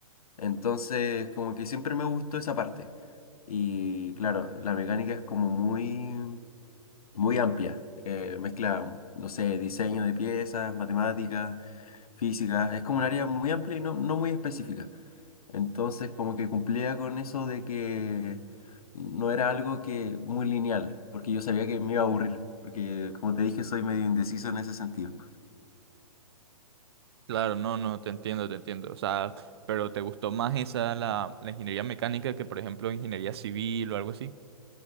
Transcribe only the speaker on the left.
Entonces, como que siempre me gustó esa parte. Y claro, la mecánica es como muy, muy amplia. eh, mezcla, no sé, diseño de piezas, matemáticas, física. Es como un área muy amplia y no, no muy específica. Entonces, como que cumplía con eso de que no era algo que muy lineal, porque yo sabía que me iba a aburrir. Porque, como te dije, soy medio indeciso en ese sentido.